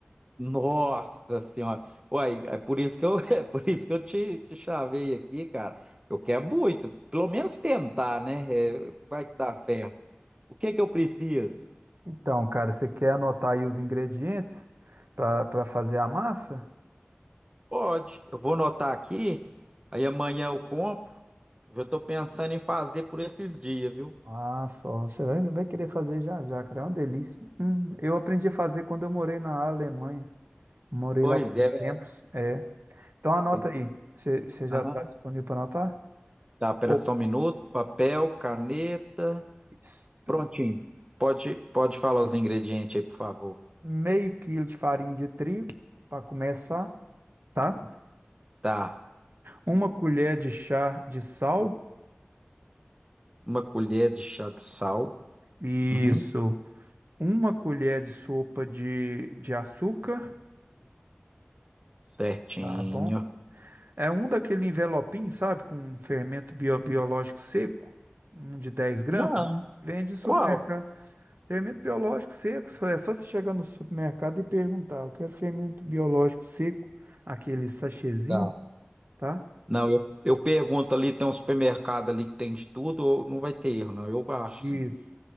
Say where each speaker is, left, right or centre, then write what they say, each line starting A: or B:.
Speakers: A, on the right; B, on the right.
A: nossa senhora. Uai, é por isso que eu, <laughs> é por isso que eu te, te chavei aqui, cara. Eu quero muito, pelo menos tentar, né? É, vai que dá certo. O que que eu preciso?
B: Então, cara, você quer anotar aí os ingredientes para para fazer a massa?
A: Pode, eu vou anotar aqui, aí amanhã eu compro. Eu já tô pensando em fazer por esses dias, viu?
B: Ah, só. Você vai, vai querer fazer já já, cara. É uma delícia. Hum, eu aprendi a fazer quando eu morei na Alemanha. Morei
A: Pois
B: lá por
A: é,
B: uns
A: velho.
B: tempos. É. Então anota
A: Tem-
B: aí. Você você já
A: Aham.
B: está disponível para anotar?
A: Tá, pera
B: Pô,
A: só um minuto. Papel, caneta.
B: Isso.
A: Prontinho. Pode, pode falar os ingredientes aí, por favor.
B: Meio quilo de farinha de trigo para começar, tá?
A: Tá.
B: Uma colher de chá de sal.
A: Uma colher de chá de sal.
B: Isso.
A: Uhum.
B: Uma colher de sopa de, de açúcar.
A: Certinho.
B: Tá bom. É um daquele envelopinho, sabe? Com fermento bio- biológico seco. Um de 10 gramas.
A: Não.
B: Vende em supermercado.
A: Qual?
B: Fermento biológico seco, só- é só você chegar no supermercado e perguntar. Eu quero fermento biológico seco, aquele sachêzinho,
A: Tá.
B: tá?
A: Não, eu, eu pergunto ali, tem um supermercado ali que tem de tudo, ou não vai ter erro, não. Eu acho,
B: Isso.
A: sim.